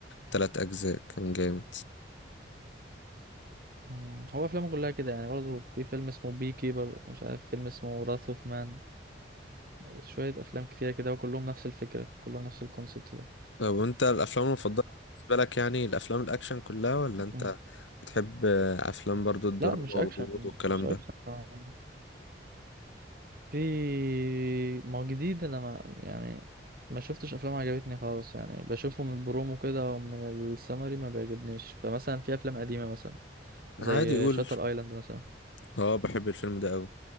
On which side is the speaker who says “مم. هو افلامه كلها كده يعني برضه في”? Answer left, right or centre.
Right